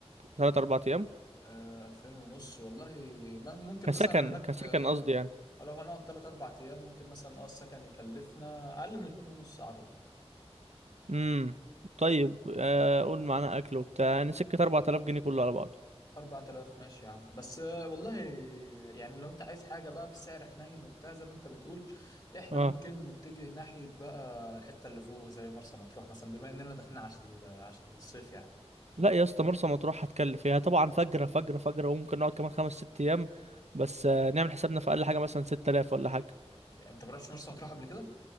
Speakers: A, on the right; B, on the left.
A: 3 4 ايام
B: آه، 2000 ونص والله ما- ممكن
A: كسكن
B: مثلا هناك
A: كسكن
B: آه،
A: قصدي يعني
B: لو هنقعد 3 4 ايام ممكن مثلا اه السكن يكلفنا اقل من 2 ونص اعتقد
A: امم طيب آه، قول معانا اكل وبتاع يعني سكه 4000 جنيه كله على بعضه
B: 4000 ماشي يا عم بس آه، والله يعني لو انت عايز حاجة بقى في سعر حنين وبتاع زي ما انت بتقول احنا
A: اه
B: ممكن نتجه ناحية بقى الحتة اللي فوق زي مرسى مطروح مثلا بما اننا داخلين عشان عشان الصيف يعني
A: لا يا اسطى مرسى مطروح هتكلف فيها طبعا فجرة فجرة فجرة وممكن نقعد كمان خمس ست ايام بس آه، نعمل حسابنا في اقل حاجة مثلا 6000 ولا حاجة
B: انت ما رحتش مرسى مطروح قبل كده